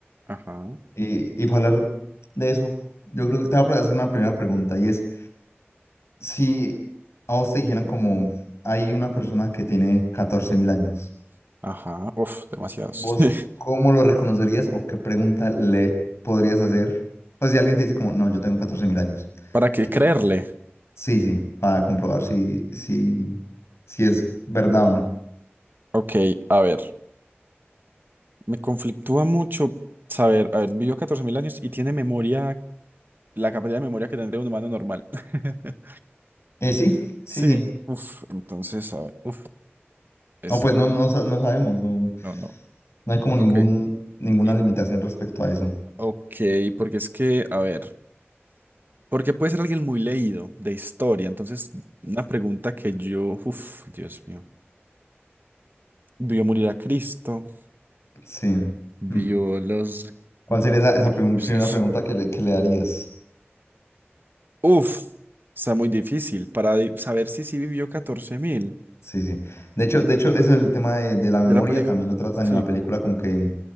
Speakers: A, on the right; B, on the left.
A: Ajá,
B: Y, y para hablar de eso, yo creo que te voy a hacer una primera pregunta y es... Si a vos te dijeran como hay una persona
A: Mm.
B: que tiene catorce mil años,
A: ajá, uf, demasiados.
B: ¿vos
A: <laughs>
B: cómo lo reconocerías o qué pregunta le podrías hacer? Pues si alguien te dice como, no, yo tengo catorce mil años.
A: ¿Para qué
B: ¿qué-
A: creerle?
B: Sí, sí, para comprobar si, si, si es verdad o no.
A: Ok, a ver. Me conflictúa mucho saber, a ver, vivió 14.000 años y tiene memoria, la capacidad de memoria que tendría un humano normal. <laughs>
B: Eh, sí, sí,
A: Sí,
B: sí.
A: uff, entonces, a ver, uff, es,
B: O pues no, no, sa- no sabemos, no,
A: no, no,
B: no hay como ningún,
A: ok,
B: ninguna
A: eh,
B: limitación respecto a eso.
A: ok, porque es que, a ver, porque puede ser alguien muy leído de historia, entonces, una pregunta que yo, uff, Dios mío, vio morir a Cristo,
B: Sí.
A: vio
B: Mm.
A: los
B: ¿Cuál sería esa, esa
A: egipcios,
B: prim- primera pregunta que le, que le darías?
A: uff, está muy difícil para di- saber si sí vivió 14.000
B: Sí, sí. De hecho, de hecho, eso es el tema de, de la memoria
A: de la pareja.
B: también lo tratan
A: Sí,
B: en la película como que